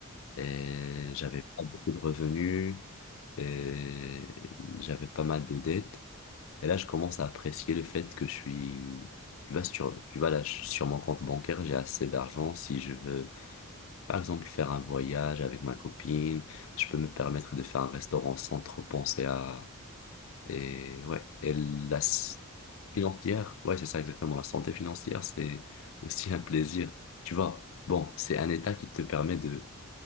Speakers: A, on the left; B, on the right.
A: et
B: Je t'écoute.
A: j'avais pas beaucoup de revenus, et j'avais pas mal de dettes. Et là, je commence à apprécier le fait que je suis, tu vois, sur, tu vois, là, je- sur mon compte bancaire, j'ai assez d'argent si je veux, par exemple, faire un voyage avec ma copine. Je peux me permettre de faire un restaurant sans trop penser à, et ouais, et la s-
B: À la dépense.
A: financière, ouais, c'est ça exactement. La santé financière, c'est aussi un plaisir. Tu vois, bon, c'est un état qui te permet de,